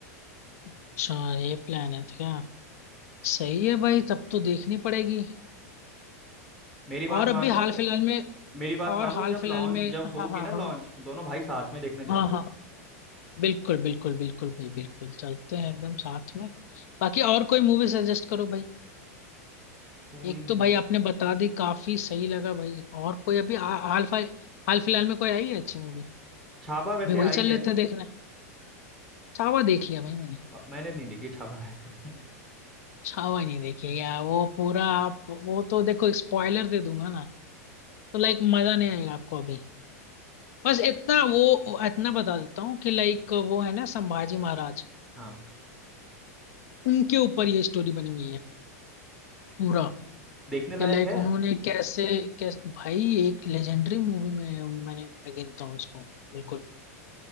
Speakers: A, on the left (about 70°); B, in the centre.
A: अच्छा ये प्लान है तो क्या सही है भाई तब तो देखनी पड़ेगी
B: मेरी बात
A: और अभी
B: मानो
A: हाल फिलहाल में
B: मेरी बात
A: और
B: मानो तो
A: हाल
B: जब
A: फिलहाल
B: लॉन्च
A: में
B: जब होगी
A: हाँ हाँ
B: ना लॉन्च
A: हाँ
B: दोनों भाई साथ में देखने जाएंगे
A: हाँ हाँ बिल्कुल बिल्कुल बिल्कुल भाई बिल्कुल चलते हैं एकदम साथ में बाकी और कोई मूवी सजेस्ट करो भाई
B: कोई
A: एक
B: मूवी
A: तो भाई आपने बता दी काफी सही लगा भाई और कोई अभी हा- हाल फिलहाल हाल फिलहाल में कोई आई है अच्छी मूवी
B: छापा वैसे
A: अभी वही
B: आई
A: चल
B: है
A: लेते हैं देखना है छावा देख लिया भाई मैंने
B: म- मैंने नहीं देखी छापा वैसे
A: छावा नहीं देखी है यार वो पूरा आप वो तो देखो स्पॉइलर दे दूंगा ना तो लाइक मजा नहीं आएगा आपको अभी बस इतना वो इतना बता देता हूँ कि लाइक वो है ना संभाजी महाराज
B: <laughs> हाँ
A: उनके ऊपर ये स्टोरी बनी हुई है पूरा
B: देखने लायक
A: कि लाइक
B: है
A: उन्होंने कैसे कैसे भाई एक लेजेंडरी मूवी में मैंने मैं गिनता हूँ इसको बिल्कुल